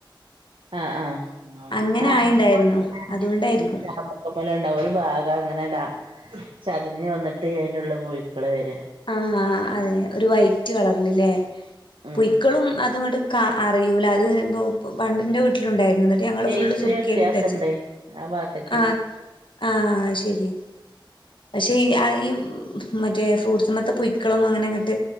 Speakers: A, on the right (about 85°); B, on the left (about 75°).
A: ആഹ <unintelligible>
B: അങ്ങനെ ആയിണ്ടായിരുന്നു അതുകൊണ്ടായിരിക്കും
A: ക്കല ഉണ്ടാവ ഒരു ഭാഗം അങ്ങനെ ഇടാ ചതഞ് വന്നിട്ട് അയിന് ള്ള പുഴു ക്കള് വര
B: ആഹ് ആഹ് അതെ ഒരു വൈറ്റ് കളറൽല്ലേ
A: ഉം
B: പൂയ് ക്കളും അതുംങ്ങോട്ട് അറിയൂല അത് ഇ പണ്ടിന്റെ വീട്ടിലുണ്ടായിരുന്നുട്ട് ന്നിട്ട് ഞങ്ങള്
A: ടേസ്റ്റില്
B: ഫുള്ള് സുർക്കൽട്ടച്ച്
A: വ്യത്യാസണ്ട് ആ ഭാഗത്തേക്ക്
B: ആ ആഹ് അയ് ശരിയ പക്ഷെ ഈ മറ്റേ ഫ്രൂട്ട്സ് മ ത്ത പുഴി ക്കളും അങ്ങനെ ങ്ങോട്ട്